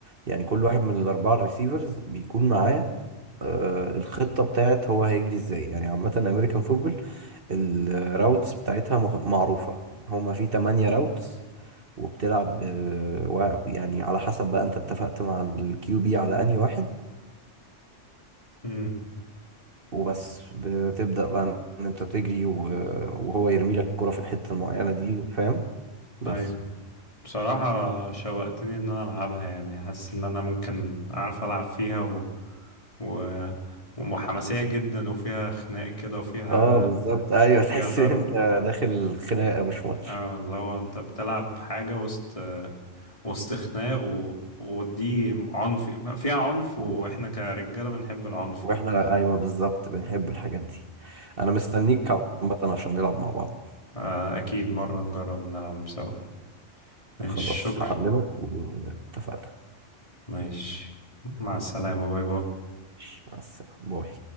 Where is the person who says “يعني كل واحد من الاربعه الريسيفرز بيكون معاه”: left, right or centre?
Right